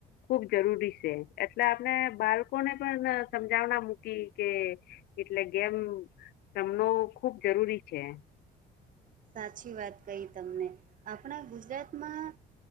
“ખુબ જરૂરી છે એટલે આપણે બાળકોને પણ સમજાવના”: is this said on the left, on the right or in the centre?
Left